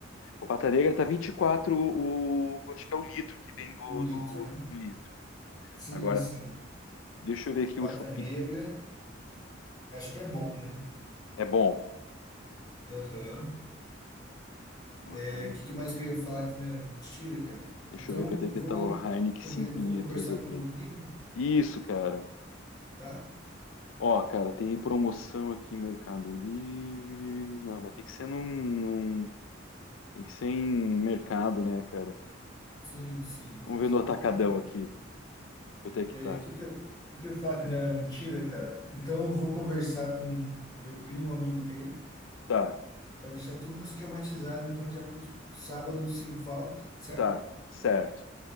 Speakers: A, on the left; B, on the left.
A: O Pata Negra tá 24, o... acho que é o litro que vem do,
B: O litro,
A: do
B: né?
A: um litro.
B: Sim,
A: Agora,
B: sim.
A: deixa eu ver aqui
B: Pata
A: o Chopin.
B: negra, acho que é bom, né?
A: É bom.
B: Aham.
A: O
B: É,
A: Heine-
B: o que que mais que eu ia falar que não era mentira, cara?
A: Deixa
B: Então,
A: eu ver quanto é
B: eu
A: que
B: vou
A: tá o Heineken
B: conver-
A: 5
B: vou
A: litros
B: conversar
A: aqui.
B: com meu primo,
A: Isso, cara.
B: tá?
A: Ó, cara, tem promoção aqui em Mercado Livre. Não, mas tem que ser num, num- Tem que ser em mercado, né, cara?
B: Sim, sim,
A: Vamos
B: tem que
A: ver
B: ser
A: no atacadão
B: no mercado.
A: aqui. Quanto é que
B: É,
A: tá?
B: que que eu, que que eu ia falar que não era mentira, cara? Então eu vou conversar com meu primo, amigo dele,
A: Tá,
B: para deixar tudo esquematizado, então já pro pro sábado sem falta, certo?
A: tá, certo.